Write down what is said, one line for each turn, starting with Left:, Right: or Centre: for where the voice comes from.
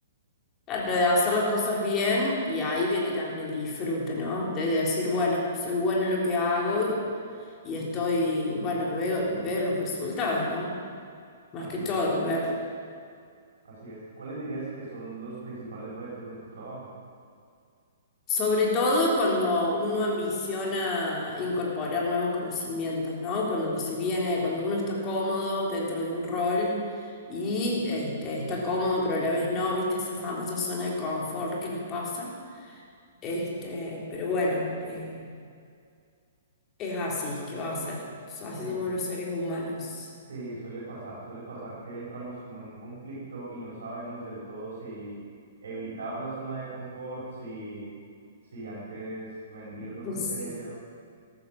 Left: Claro, de hacer las cosas bien y ahí viene también el disfrute, ¿no? De decir, bueno, soy buena en lo que hago y estoy, bueno, veo, veo los resultados, ¿no? Más
Right: Así
Left: que todo,
Right: es,
Left: ver.
Right: así es. ¿Cuáles dirías que son los principales retos de tu trabajo?
Left: Sobre todo cuando uno ambiciona incorporar nuevos conocimientos, ¿no? Cuando se viene, cuando uno está cómodo dentro de un rol y este, está cómodo, pero a la vez no, ¿viste? Esa famosa zona de confort que nos pasa. Este, pero bueno, eh, es así que va a ser. Así
Right: Sí.
Left: somos los seres humanos.
Right: Sí, suele pasar, suele pasar que entramos como en un conflicto y no sabemos del todo si evitar la zona de confort, si, si antes rendirnos
Left: <laughs>
Right: ante
Left: Sí.
Right: ella.